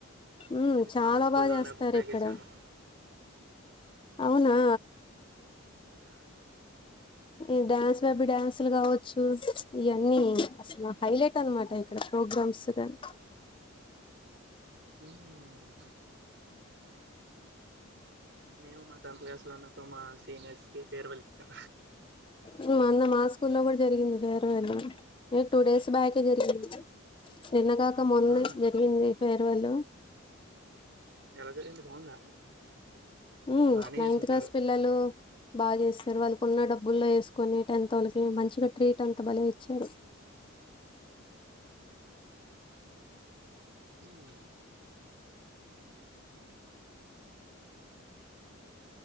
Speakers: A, on the left; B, on the right.
A: ఉమ్
B: నేను చిన్నప్పు
A: చాలా
B: స్కూల్లోనే
A: బాగా చేస్తారు
B: తాగేసాను
A: ఇక్కడ అవునా
B: ఆ,
A: ఈ డ్యాన్స్ బ్యాబీ డ్యాన్సులు కావచ్చు ఇవన్నీ అసలు హైలైట్ అనమాట ఇక్కడ ప్రోగ్రామ్స్ గని
B: మ్మ్ నేవు మత్ టెన్త్ క్లాస్ లో ఉన్నపుడు మాస్ సీనియర్స్కి ఫేర్ వల్ ఇచ్చాం
A: మ్మ్ అన్న మా స్కూల్లో కూడా జరిగింది ేర ఎ ఏ టూ డేస్ బ్యాక్ జరిగింది నిన్న గాక మోన్ ఇ
B: ఆ,
A: ముందు జరిగింది మీ పేర్ వెలో
B: ఎలా జరిగింది బాగుందా
A: మ్మ్
B: బాగానే
A: నైన్త్
B: చేసింటారు
A: క్లాస్ పిల్లలు బాగా చేస్తారు వాళ్ళకున్న డబ్బుల్లో వేస్ కొనే టెన్త్ వాళ్ళకి మంచిగా ట్రీట్ ఎంత బలే ఇచ్చారు
B: మ్మ్